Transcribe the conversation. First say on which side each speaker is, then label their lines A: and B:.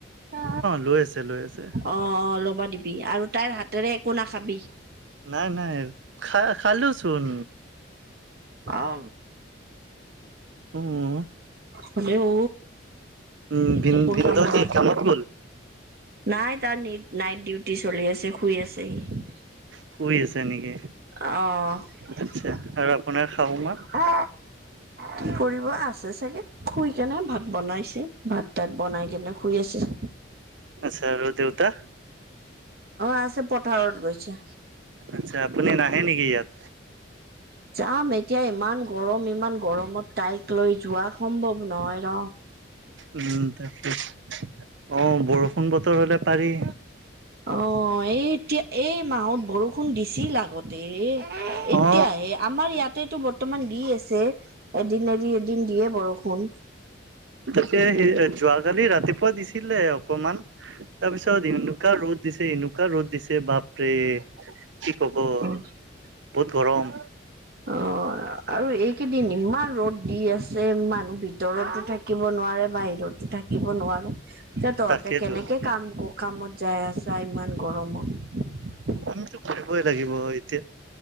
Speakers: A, on the right; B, on the right.
A: অ,
B: লৈ আছে লৈ আছে
A: অ ল'বা দিবি আৰু তাইৰ হাতেৰে একো নাখাবি।
B: নাই, নাই খা খালোচোন।
A: অ
B: উম।
A: হ'লেও
B: উম ভিন
A: কুকুৰ
B: ভিনদ
A: কামোৰা।
B: কি কামত গ'ল
A: নাই তাৰ নিট নাইট ডিউটি চলি আছে। শুই আছে সি।
B: শুই আছে নেকি?
A: আ-অ
B: আচ্ছা আৰু আপোনাৰ শাহু মা
A: কি কৰিব আছে চাগে শুই কেনে। ভা বনাইছে। ভাত-তাত বনাই কেনে শুই আছে। অ
B: আচ্ছা আৰু দেউতা
A: আছে, পথাৰত গৈছে।
B: আচ্ছা, আপুনি নাহে নেকি ইয়াত?
A: যাম এতিয়া ইমান গৰম। ইমান গৰমত তাইক লৈ যোৱা সম্ভৱ নহয় ন।
B: উম তাকে, অ বৰষুণ বতৰ হলে পাৰি।
A: অ'! এই, এতিয়া, এই মাহত বৰষুণ দিছিল আগতে। এতিয়াহে
B: অ
A: আমাৰ ইয়াতেটো বৰ্তমান দি আছে। এদিন এৰি, এদিন দিয়ে বৰষুণ।
B: এহে, যোৱাকালি ৰাতিপুৱা দিছে। দিলে অকমান। তাৰপিছত, এনেকোৱা ৰ'দ দিছে, এনেকুৱা ৰ'দ দিছে, বাপৰে! কি ক'ব?
A: <inaudible>
B: বহুত গৰম।
A: অ'! আৰু এইকেইদিন ইমান ৰ'দ দি আছে। মানুহ ভি ভিতৰতো থাকিব নোৱাৰে, বাহিৰতো থাকিব নোৱাৰে। এ, তহঁতে
B: তাকেইতো
A: কেনেকে কাম, কাম ক'ত যাই আছা ইমান গৰমত?
B: আমিতো কৰিবই লাগিব এতিয়া।